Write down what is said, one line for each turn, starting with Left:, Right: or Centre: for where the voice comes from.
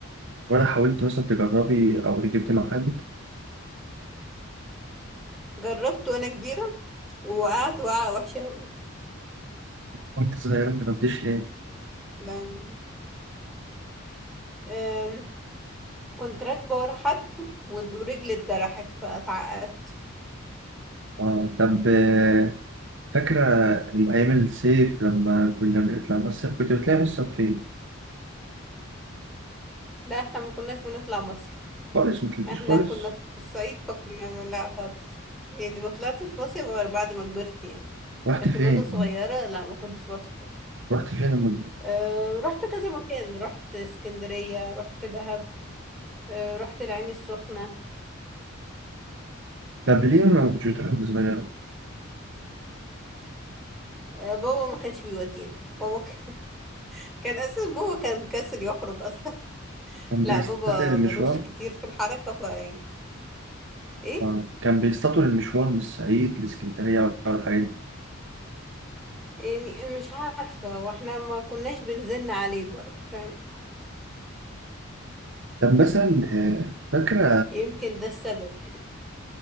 Right: ولا حاولت مثلا تجربي أو ركبت مع حد
Centre: جربت وانا كبيره ووقعت وقعه وحشه قوي
Right: كنت صغيرة ما جربتش ليه
Centre: لان أم، كنت راكبه ورا حد ود- ورجلي اتجرحت فاتعقدت
Right: آه طب آه، فاكرة أيام الصيف لما كنا بنطلع مصيف كنت بتلاقي مصيف فين؟
Centre: لا احنا ما كناش بنطلع مصيف
Right: خالص ما طلعتش
Centre: احنا
Right: خالص
Centre: كنا في الصعيد فكنا لا خالص يعني ما طلعتش مصيف غير بعد ما كبرت يعني
Right: رحت
Centre: لكن
Right: فين؟
Centre: وانا صغيره لا ما كنتش بطلع
Right: رحت فين لما
Centre: أه رحت كذا مكان رحت اسكندرية رحت دهب أه رحت العين السخنة
Right: طب ليه ما كنتش بتحب صغيرة؟
Centre: أه بابا ما كانش بيوديني بابا ك... <laughs> كان أساس بابا كان مكسل يخرج أصلا <laughs>
Right: كان
Centre: لا
Right: بيستطيل
Centre: بابا
Right: المشوار
Centre: ملوش كتير في الحركة فيعني إيه
Right: آه، كان بيستطول المشوار من الصعيد لإسكندرية ولا ولا الحاجات دي
Centre: يعني مش عارفة واحنا ما كناش بنزن عليه برضه فاهم
Right: طب مثلا آه، فاكرة
Centre: يمكن ده السبب يعني